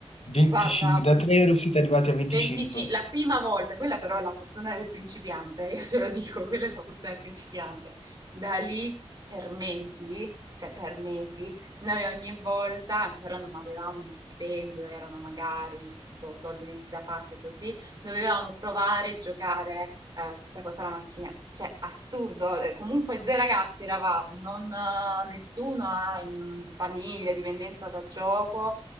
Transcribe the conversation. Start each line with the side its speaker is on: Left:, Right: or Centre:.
Left: 25,
Right: Guarda
Left: da 3 euro siete arrivati a 25.
Right: 25 la prima volta, quella però è la fortuna del principiante, <laughs> eh, io te lo dico, quella è la fortuna del principiante. Da lì per mesi, cioè per mesi, noi ogni volta ancora non avevamo uno stipendio, erano magari, che ne so, soldi messi da parte così, dovevamo provare a giocare eh, questa cosa alla macchina. Cioè, assurdo, eh, comunque due ragazzi eravamo, non, eh, nessuno ha in famiglia, dipendenza da gioco,